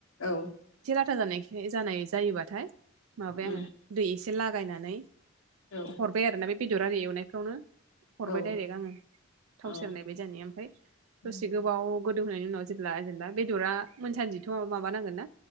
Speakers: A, on the left; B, on the right.
A: औ
B: था जानायखाय जानाय जायोबाथाय माबाय
A: उम
B: आंङो दै एसे एसे लागायनानै
A: औ
B: हरबारना आरो ना बे बेदर आरि एवनायफ्रावनो हरबाय
A: औ
B: दायरेक आंङो थाव
A: औ
B: सेरनायबाय जानाय <inaudible> ओमफाय
A: उम
B: दसे गोबाव गोदौ होनायनि उनाव जेब्ला जेनेबा बेदरा मोनसानदिथ' माबा नांगोन ना